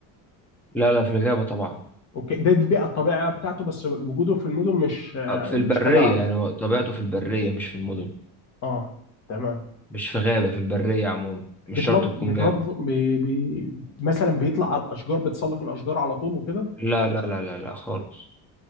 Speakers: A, in the centre; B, on the left.
A: لا لا في الغابة طبعا
B: اوكي ده البيئة الطبيعية بتاعته بس وجوده في المدن مش آه،
A: آه، في البرية
B: مش حاجة
A: يعني هو طبيعته في البرية مش في المدن
B: اه تمام
A: مش في غابة في البرية عموما مش
B: بتنض
A: شرط تكون
B: بتنض
A: غابة
B: بي... بي... مثلا بيطلع على الأشجار بتسلق الأشجار على طول وكده
A: لا لا لا لا لا خالص